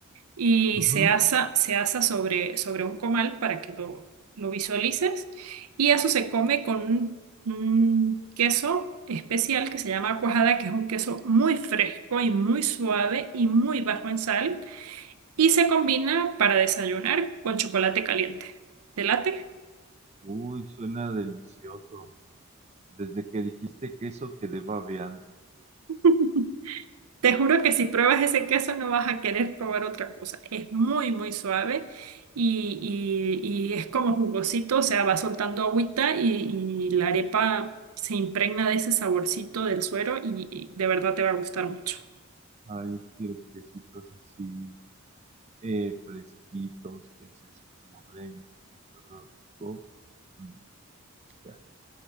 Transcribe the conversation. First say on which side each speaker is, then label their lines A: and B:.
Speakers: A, on the right; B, on the right.
A: y
B: Ujú.
A: se asa, se asa sobre, sobre un comal para que lo, lo visualices. Y eso se come con un, un queso especial que se llama cuajada, que es un queso muy fresco y muy suave y muy bajo en sal y se combina para desayunar con chocolate caliente. ¿Te late?
B: Uy, suena delicioso. Desde que dijiste queso quedé babeando.
A: <laughs> Te juro que si pruebas ese queso no vas a querer probar otra cosa. Es muy, muy suave y, y- y es como jugosito, o sea, va soltando agüita y, y la arepa se impregna de ese saborcito del suero y, y de verdad te va a gustar mucho.
B: Ay, es que los quesitos así, eh, fresquitos, que se escurren, así todo rico. Mm, ya,